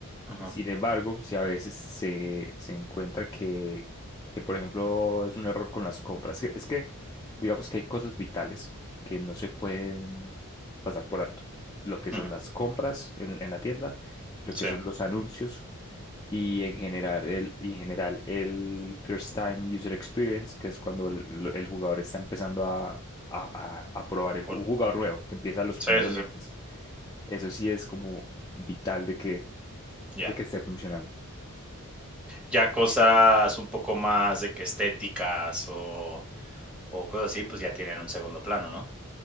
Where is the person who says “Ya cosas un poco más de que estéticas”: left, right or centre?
Centre